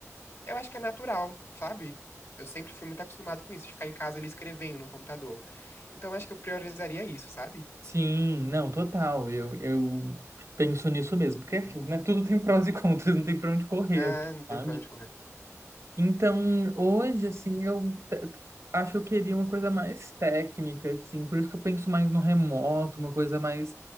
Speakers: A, on the left (about 55°); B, on the right (about 65°).
A: Eu acho que é natural, sabe? Eu sempre fui muito acostumado com isso, de ficar em casa ali escrevendo no computador. Então eu acho que eu priorizaria isso, sabe?
B: Sim, não, total. Eu, eu penso nisso mesmo, porque é aquilo, né? Tudo tem prós e <laughs> contras, não tem pra onde correr,
A: Ah, não tem
B: sabe?
A: pra onde correr.
B: Então, hoje, assim, eu te- te- acho que eu queria uma coisa mais técnica, assim, por isso que eu penso mais no remoto, uma coisa mais